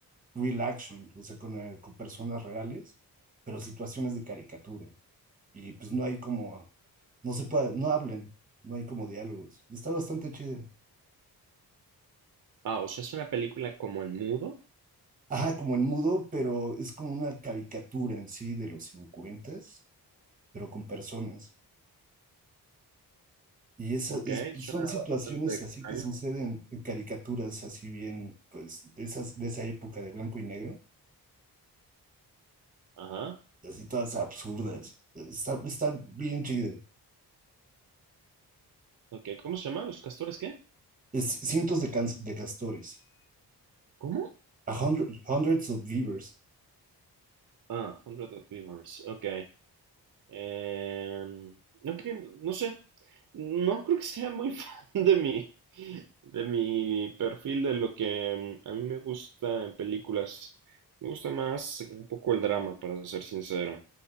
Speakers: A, on the right; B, on the right.
A: real action, o sea, con, eh, con personas reales, pero situaciones de caricatura. Y pues no hay como, no se puede, no hablen, no hay como diálogos. Está bastante chido.
B: Ah, o sea, es una película como en mudo.
A: Ajá, como en mudo, pero es como una caricatura en sí de los 50, pero con personas. Y esas
B: Ok,
A: es- pues,
B: suena
A: son situaciones
B: bastante extraño.
A: así que suceden en caricaturas así bien, pues, de esas, de esa época de blanco y negro,
B: Ajá.
A: así todas absurdas. Está, está bien chido.
B: Ok, ¿cómo se llama? ¿Los castores qué?
A: Es cientos de, can de castores.
B: ¿Cómo?
A: A hundred, hundreds of beavers.
B: Ah, Hundred of Beavers. Ok. Em, no, cre- no sé. No creo que sea muy <laughs> fan de mi, de mi perfil, de lo que em, a mí me gusta en películas. Me gusta más un poco el drama, para ser sincero.